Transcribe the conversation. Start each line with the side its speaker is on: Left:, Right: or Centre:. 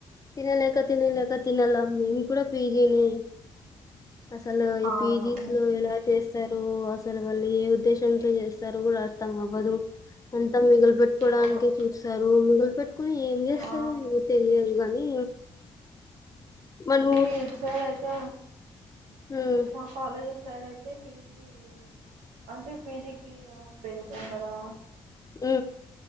Left: తినలేక తినలేక తినాల మేము కూడా పీజీని అసలు ఈ
Right: అవును
Left: పీజీస్ లో ఎలా చేస్తారు అసలు అసలు వాళ్ళు ఏ ఉద్దేశంతో చేస్తారుో కూడా అర్థం అవ్వదు అంతా మిగిలి పెట్ పొన్
Right: అవును
Left: క చస మిగులు పెట్టుకుని ఏం చేస్తారు
Right: ఆ
Left: ఏో తెలియదు కాగానీ మన
Right: తీర్ స అయితే
Left: ఉమ్
Right: నా కాలేజ్ సైడ్ అయితే పి పీ అంటే పీజీకిి అమౌంట్ పే చేసాం కదా
Left: ఆ